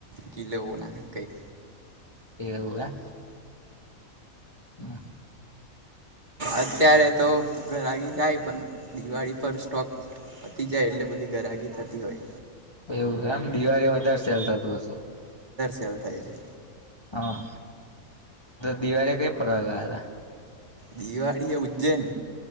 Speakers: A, on the right; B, on the left.
A: કિલો ના કઈક.
B: એવું એ. <unintelligible>
A: અત્યારે તો ઘરગી થાય પણ દિવાળી પર સ્ટોક પતી જાય એટલે બધી ગરાગી થતી હોય.
B: એવું આમ દિવાળ વધારે સેલ થતું હશે.
A: ખલ થાય છે.
B: હા દિવાળી કઈ ફરવા ગ હતા
A: દિવાળી એ ઉજ્જેન